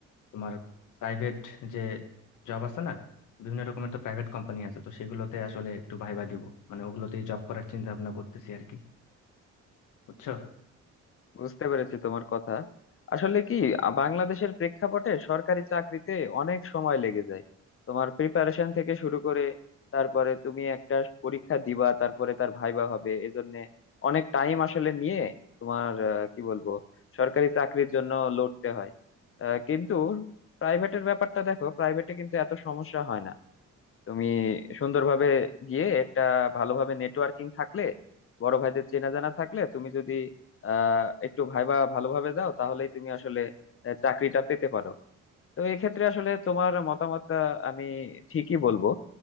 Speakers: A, on the left (about 80°); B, on the left (about 45°).
A: তোমার প্রাইভেট যে জব আছে না বিভিন্ন রকমের তো প্রাইভেট কোম্পানি আছে তো সেগুলোতে আসলে একটু ভাইবা দিব মানে ওগুলোতেই জব করার চিন্তা ভাবনা করতেছি আর কি বুঝছো
B: বুঝতে পেরেছি তোমার কথা আসলে কি আ, বাংলাদেশের প্রেক্ষাপটে সরকারি চাকরিতে অনেক সময় লেগে যায় তোমার প্রিপারেশন থেকে শুরু করে তারপরে তুমি একটা পরীক্ষা দিবা তারপরে তার ভাইবা হবে এজন্য অনেক টাইম আসলে নিয়ে তোমার আহ, কি বলবো সরকারি চাকরির জন্য লড়তে হয় আহ, কিন্তু প্রাইভেটের ব্যাপারটা দেখো প্রাইভেটে কিন্তু এত সমস্যা হয় না তুমি সুন্দরভাবে গিয়ে একটা ভালোভাবে নেটওয়ার্কিং থাকলে বড় ভাইদের চেনা জানা থাকলে তুমি যদি আহ একটু ভাইবা ভালোভাবে দাও তাহলেই তুমি আসলে আহ, চাকরিটা পেতে পারো তো এক্ষেত্রে আসলে তোমার মতামতটা আমি ঠিকই বলবো